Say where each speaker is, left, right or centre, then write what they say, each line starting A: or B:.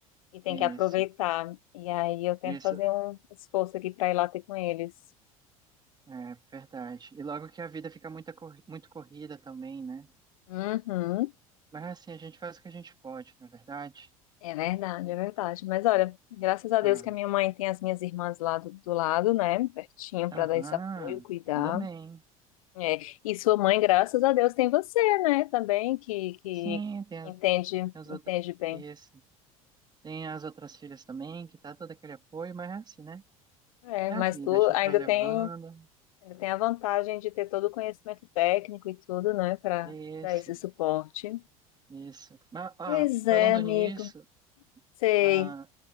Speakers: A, on the left; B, on the right.
A: e tem
B: isso,
A: que aproveitar. E aí eu tento
B: isso,
A: fazer um esforço aqui para ir lá ter com eles.
B: é verdade. E logo que a vida fica muita, corri- muito corrida também, né?
A: Uhum.
B: Mas assim, a gente faz o que a gente pode, não é verdade?
A: É verdade, é verdade. Mas olha, graças a
B: Ah,
A: Deus que a minha mãe tem as minhas irmãs lá do, do lado, né? Pertinho
B: aham,
A: para dar esse apoio, cuidar.
B: ainda bem.
A: É, e sua mãe, graças a Deus, tem você, né? Também que, que
B: Sim, tem as,
A: entende,
B: tem as
A: entende
B: outras.
A: bem.
B: Isso. Tem as outras filhas também, que tá todo aquele apoio, mas é assim, né?
A: É,
B: É
A: mas
B: a vida,
A: tu
B: a gente
A: ainda
B: vai levando.
A: tem, ainda tem a vantagem de ter todo o conhecimento técnico e tudo, né? Para
B: Isso,
A: dar esse suporte.
B: isso. Mas, ó,
A: Pois
B: falando
A: é, amigo.
B: nisso,
A: Sei.
B: ah,